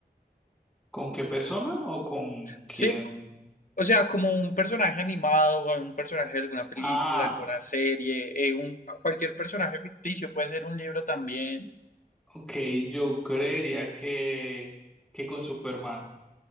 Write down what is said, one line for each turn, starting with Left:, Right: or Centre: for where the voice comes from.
Centre: ¿Con qué persona o con quién?
Left: Sí, o sea, como un personaje animado, o un personaje de alguna película,
Centre: Ah,
Left: alguna serie, eh, un, cualquier personaje ficticio, puede ser un libro también.
Centre: ok, yo creería que, que con Superman.